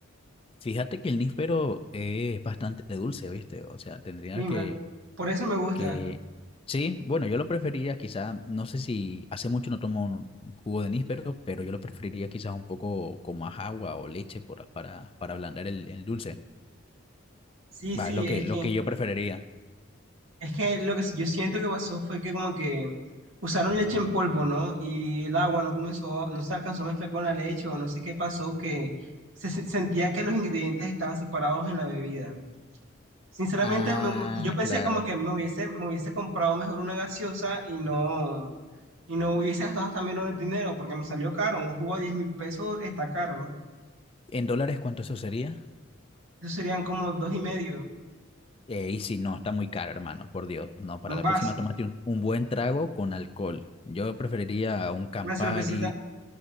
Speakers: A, on the left (about 25°); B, on the right (about 75°).
A: fíjate que el níspero es bastante dulce, ¿viste? O sea, tendría
B: Y
A: que,
B: me- por eso me gusta.
A: que, sí, bueno, yo lo preferiría quizá, no sé si, hace mucho no tomo un jugo de níspero, pero yo lo preferiría quizás un poco con más agua o leche por- para, para ablandar el, el dulce.
B: Sí, sí,
A: Va, es lo que,
B: es
A: lo
B: que...
A: que yo preferiría.
B: Es que lo que yo siento que pasó fue que como que usaron leche en polvo, ¿no? Y el agua no comenzó, no se alcanzó a mezclar con la leche o no sé qué pasó, que se se- sentía que los ingredientes estaban separados en la bebida. Sinceramente,
A: Ah,
B: me- yo pensé
A: claro.
B: como que me hubiese, me hubiese comprado mejor una gaseosa y no, y no hubiese gastado hasta menos dinero porque me salió caro. Un jugo a diez mil pesos está caro.
A: ¿En dólares cuánto eso sería?
B: Eso serían como dos y medio,
A: Eh, y si no, está muy caro, hermano, por Dios. No, para
B: un
A: la
B: vaso,
A: próxima tómate un, un buen trago con alcohol. Yo preferiría un Campari.
B: una cervecita.